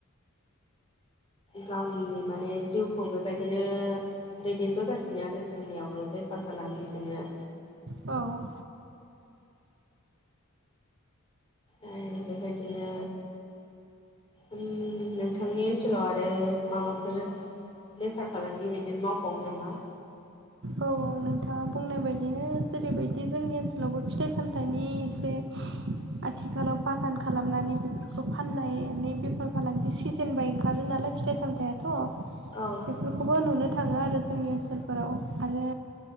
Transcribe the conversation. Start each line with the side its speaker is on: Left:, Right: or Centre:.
Left: गावनि माने जिउखौ बेबायदिनो दैदेनबोगासिनो आरो जोंनियावबो बेफार फालांगिजोंनो
Right: औ
Left: आरो बेबायदिनो ओम नोंथांनि ओनसोलाव आरो माबाफोर बेफार फालांगि बिदिनो मावबावो नामा?
Right: औ नोंथाङा बुंनाय बायदिनो जेरैबायदि जोंनि ओनसोलावबो फिथाइ सामथाइनि एसे आथिखालाव बागान खालामनानै बेफोरखौ फाननानै बेफार फालांगि सिजोन बाय ओंखारो नालाय फिथाइ सामथायाथ'
Left: औ
Right: बेफोरखौबो नुनो थाङो आरो जोंनि ओनसोलफोराव आरो